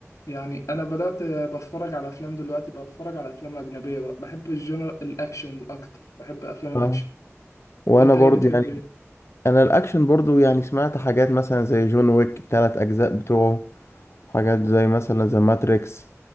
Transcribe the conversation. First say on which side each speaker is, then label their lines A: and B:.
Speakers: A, on the left (about 85°); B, on the left (about 60°).
A: يعني انا بدات بتفرج على افلام دلوقتي بتفرج على افلام اجنبيه بقى بحب الجنر الاكشن اكتر بحب افلام الاكشن
B: اه وانا
A: انت
B: برضو
A: ايه بتحب
B: يعني
A: ايه
B: انا الاكشن برضو يعني سمعت حاجات مثلا زي جون ويك تلات اجزاء بتوعه حاجات زي مثلا زي ماتريكس